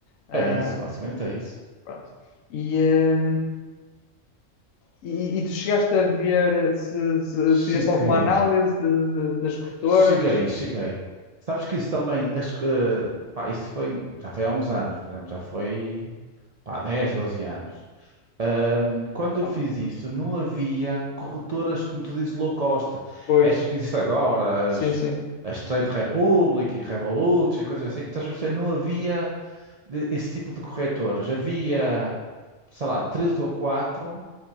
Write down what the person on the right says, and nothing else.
É isso, basicamente é isso.
Cheguei.
Cheguei, cheguei. Sabes que isso também, as, eh, pá, isso foi, já foi há uns anos, por exemplo, já foi, pá, 10 12 anos. Ahm, quando
eu fiz isso,
não havia corretoras, como tu dizes, low cost.
Estas que existem agora,
as,
as Trade Republic e Revolut, e coisas assim. Estás a perceber? Não havia de- esse tipo de corretoras. Havia, sei lá, três ou quatro